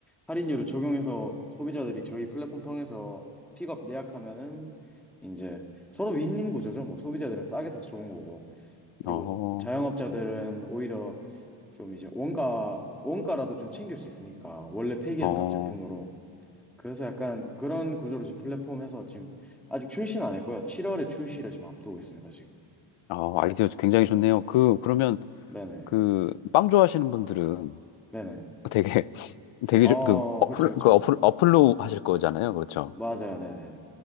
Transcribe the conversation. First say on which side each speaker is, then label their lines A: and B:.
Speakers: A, in the centre; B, on the left (about 75°).
A: 할인율을 적용해서 소비자들이 저희 플랫폼 통해서 픽업 예약하면은 이제 서로 윈윈 구조죠. 뭐 소비자들은 싸게 사서 좋은 거고 그리고
B: 어,
A: 자영업자들은 오히려 좀 이제 원가, 원가라도 좀 챙길 수 있으니까, 원래 폐기했던
B: 어,
A: 제품으로. 그래서 약간 그런 구조로 지금 플랫폼에서 지금 아직 출시는 안 했고요. 7월에 출시를 지금 앞두고 있습니다, 지금.
B: 어, 아이디어 굉장히 좋네요. 그, 그러면
A: 네네.
B: 그 빵 좋아하시는 분들은
A: 네네.
B: 되게, <laughs> 되게
A: 어,
B: 좀 그, 어플,
A: 그쵸, 그쵸.
B: 그 어플, 어플로 하실 거잖아요. 그렇죠.
A: 맞아요, 네네.